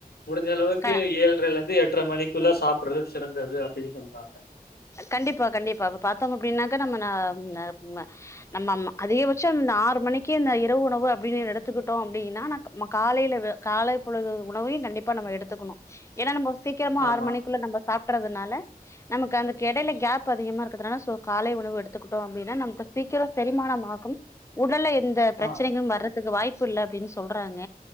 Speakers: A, on the left; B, on the left.
A: முடிஞ்சளவுக்கு
B: க
A: ஏழ்ரைலிருந்து எட்ற்ற மணிக்குல்ல சாப்றது சிறந்தது அப்டின் சொல்வாங்க
B: கண்டிப்பா கண்டிப்பா இப்போ பாத்தோ அப்டின்னாக்க நம்ம நாம் நம்ம நம்மம்மா அதிகபட்சோ இந்த ஆறு மணிக்கு இந்த இரவு உணவு அப்டின் எடுத்துக்குட்டோ அப்டினா நா க நம்ம காலைல வே காலைப் பொழுது உணவயு கண்டிப்பா நம்ம எடுத்துக்குணு ஏனா நம்ம சீக்கிரமா
A: ஆமா.
B: ஆறு மணிக்குள்ள நம்ம சாப்ட்றதுனால நமக்கு அந்த கெடையில கேப் அதிகமா இருக்கறதுனால சோ காலை உணவு எடுத்துக்குட்டோ அப்டினா நமக்கு சீக்ரோ செரிமானம்மாகும் உடல்ல எந்த பிரச்சனைகளு
A: ஆ,
B: வர்றதுக்கு வாய்ப்பு இல்ல அப்டின் சொல்றாங்க